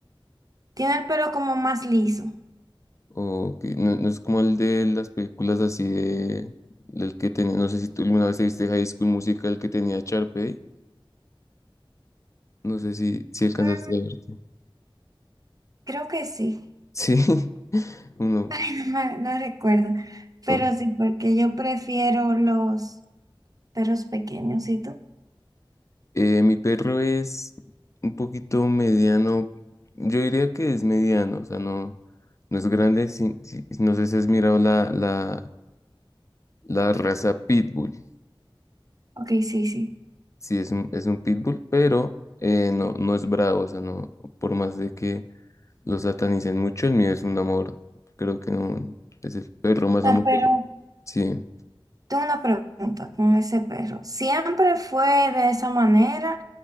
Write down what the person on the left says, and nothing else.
Ok, No, no es como el de las películas así de... El que tenía, no sé si tú alguna vez te viste High School Musical que tenía Charpey. No sé si, si alcanzaste
a verte.
Sí, <laughs> uno.
o-
eh, mi perro es un poquito mediano. Yo diría que es mediano, o sea, no, no es grande. sí- sí, no sé si has mirado la, la, la raza Pitbull.
Sí, es un, es un Pitbull, pero eh, no, no es bravo, o sea, no, por más de que Lo satanizan mucho, el mío es un amor, creo que no, es el perro más
amoroso.
Sí,